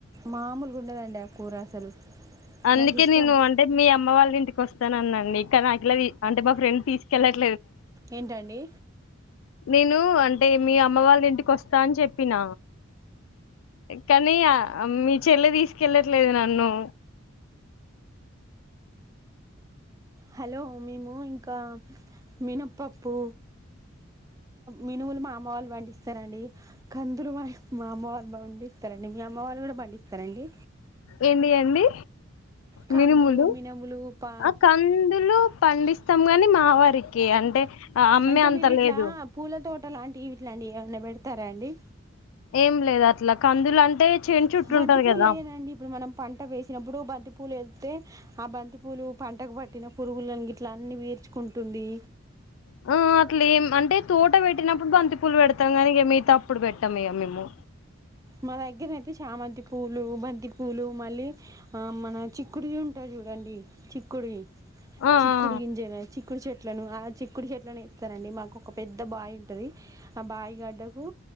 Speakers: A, on the right (about 15°); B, on the left (about 75°).
A: మామూలుగా ఉండదండి ఆ కూర అసలు
B: అందుకే
A: నాకు ఇష్టం
B: నేను అంటే మీ అమ్మ వాళ్ళ ఇంటికి వస్తానన్నండి ఇలా అంటే మా ఫ్రెండ్ తీసుకెళ్ళట్లే
A: ఏంటండి
B: నేను అంటే మీ అమ్మ వాళ్ళ ఇంటికి వస్తా అని చెప్పిన కానీ మీ చెల్లి తీసుకెళ్ళట్లేదు నన్ను
A: హలో మేము ఇంకా మినప్పప్పు మినుములు మా అమ్మా వాళ్ళు పండిస్తారంండి కందులు మా అమ్మ వాళ్ళు పండిస్తారండి అ మీ అమ్మ వాళ్ళు కూడా పండిస్తారండి
B: ఏంటి అండి
A: కందులు
B: మినుములు
A: మినుములు పా
B: ఆ కందులు పండిస్తాము గాని మా ఆ వరికి అంటే ఆ అమ్మే
A: అంటే
B: అంత
A: మీరు ఇట్లా
B: లేదు
A: పూల తోట లాంటివి ఇట్లాంటిడి ఏమన్నా పెడతారా అండి
B: ఏం లేదు అట్లా కందులు అంటే చేను చుట్టూ
A: బంతి
B: ఉంటది
A: పూలు
B: కదా
A: వేయనండి ఇప్పుడు మనం పంట వేసినప్పుడు బంతి పూలు వెళ్ తే ఆ బంతి పూలు పంటకు పట్టిన పురుగులను ఇట్లా అన్ని పీర్చుకుంటుంది
B: మ్మ్ ఆ అట్లే ఏం అంటే తోట పెట్టినప్పుడు బంతి పూలు పెడతాం కానీ ఇగా మిగతా అప్పుడు పెట్టమ్ ఇగా మేము
A: మా దగ్గరయితే చామంతి పూలు, బంతి పూలు మళ్ళీ ఆ మన చిక్కుడు ఉంటుంది చూడండి చిక్కుడివి
B: ఆ
A: చిక్కుడు
B: ఆ
A: గింజ చిక్కుడు చెట్లను ఆ చిక్ చిక్కుడు చెట్లనే వేస్తరండి మాకు ఒక పెద్ద బావి ఉంటది ఆ బాయి గడ్డకు